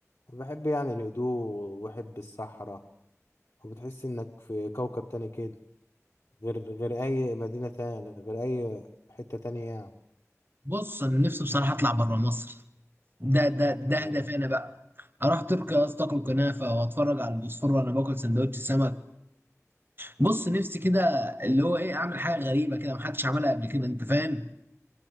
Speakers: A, on the left (about 80°); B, on the right (about 40°).
A: بحب يعني الهدوء وبحب الصحراء وبتحس انك في كوكب تاني كده غير غير اي مدينه تانية غير اي حته تانية يعني
B: بص انا نفسي بصراحه اطلع بره مصر ده ده ده هدفي
A: أيوة.
B: انا بقى اروح تركيا يا اسطى اكل كنافه واتفرج على البوسفور وانا باكل سندوتش سمك بص نفسي كده اللي هو ايه اعمل حاجه غريبه كده محدش عملها قبل كده انت فاهم